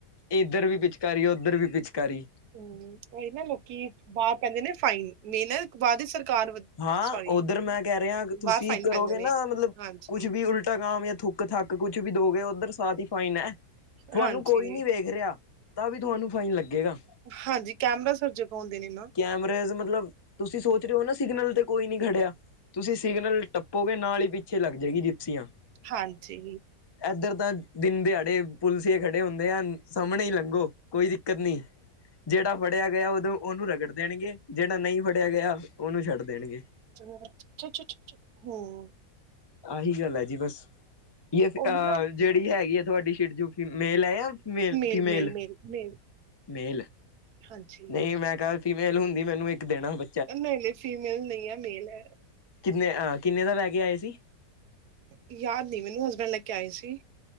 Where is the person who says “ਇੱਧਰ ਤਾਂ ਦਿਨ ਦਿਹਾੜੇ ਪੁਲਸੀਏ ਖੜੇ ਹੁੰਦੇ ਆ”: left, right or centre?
Left